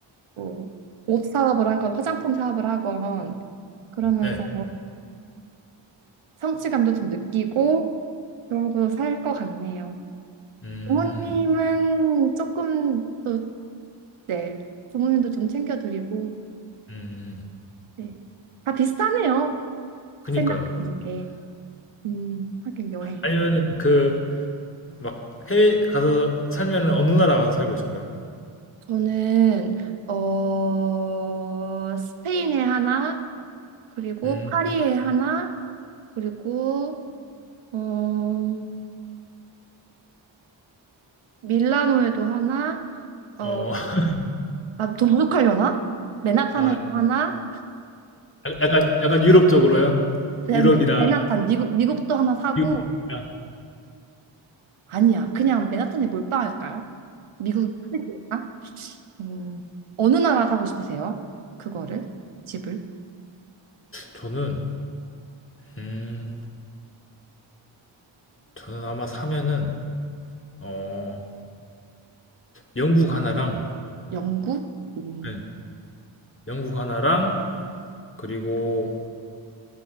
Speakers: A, on the right; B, on the left.
A: 뭐 옷 사업을 하건 화장품 사업을 하건 그러면서
B: 네.
A: 성취감도 좀 느끼고 그러고 살 것 같네요.
B: 음,
A: 부모님은 조금 또 네, 부모님도 좀 챙겨드리고
B: 음.
A: 네. 다 비슷하네요.
B: 그니까요.
A: 생각하는 게. 음, 하긴 여행.
B: 아니면 그 막 해외 가서 살면은 어느 나라 가서 살고 싶어요?
A: 저는 어 스페인에 하나 그리고
B: 음,
A: 파리에 하나 그리고 어 밀라노에도 하나 어아
B: 어, <laughs>
A: 더 부족하려나? 맨하탄에도
B: 아,
A: 하나
B: 약간 약간 유럽 쪽으로요?
A: 네,
B: 유럽이랑
A: 네, 맨하탄 미국 미국도 하나 사고
B: 미국이랑
A: 아니야 그냥 맨하탄에 몰빵할까요? 미국 시드니까 음 어느 나라 사고 싶으세요? 그거를 집을
B: 저는 음, 저는 아마 사면은 어, 영국 하나랑
A: 영국 음,
B: 네, 영국 하나랑 그리고